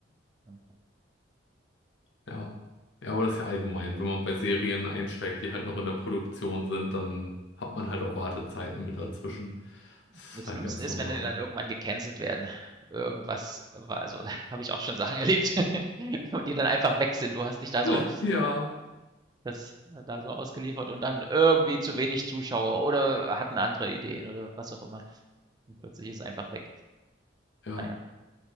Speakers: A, on the right; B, on the left.
A: Ja.
B: ja. Ja, aber das ist ja allgemein. Wenn man bei Serien einsteigt, die halt noch in der Produktion sind, dann hat man halt auch Wartezeiten mit dazwischen. Das
A: Das
B: ist halt
A: Schlimmste
B: ganz
A: ist,
B: normal.
A: wenn die dann irgendwann gecancelt werden. Irgendwas war, also <laughs> da habe ich auch schon Sachen erlebt <laughs> und die dann einfach weg sind. Du hast dich da
B: <laughs>
A: so
B: Ja,
A: das äh, da so ausgeliefert und dann irgendwie zu wenig Zuschauer oder hatten andere Ideen oder was auch immer. Und plötzlich ist es einfach weg.
B: ja.
A: naja